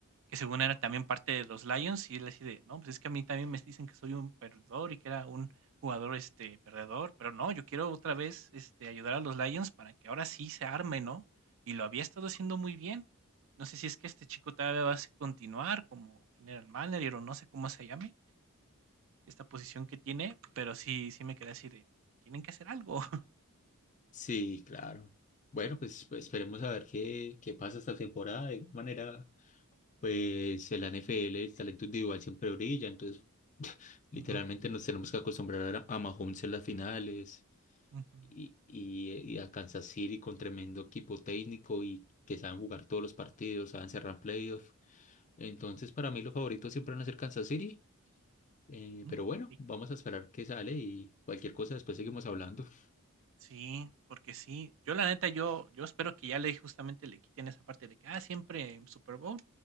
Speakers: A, on the right; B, on the left.
A: que según era también parte de los Lions, y él así de, no, pues es que a mí también me dicen que soy un perdedor y que era un jugador este perdedor, pero no, yo quiero otra vez este ayudar a los Lions para que ahora sí se arme, ¿no? Y lo había estado haciendo muy bien. No sé si es que este chico todavía va a continuar como general manager o no sé cómo se llame esta posición que tiene, pero sí sí me quedé así de tienen que hacer algo. <laughs>
B: Sí, claro. Bueno, pues pues, esperemos a ver qué, qué pasa esta temporada. De manera, pues el NFL, el talento individual siempre brilla, entonces literalmente
A: Ujú,
B: nos tenemos que acostumbrar a, a Mahomes en las finales.
A: ujú,
B: y, y, y a Kansas City con tremendo equipo técnico y que saben jugar todos los partidos, saben cerrar playoffs. Entonces, para mí los favoritos siempre van a ser Kansas City. eh,
A: ujú.
B: pero bueno,
A: Y
B: vamos a esperar que sale y cualquier cosa después seguimos hablando. <laughs>
A: Sí, porque sí. Yo la neta, yo, yo espero que ya le justamente le quiten esa parte de que ah, siempre en Super Bowl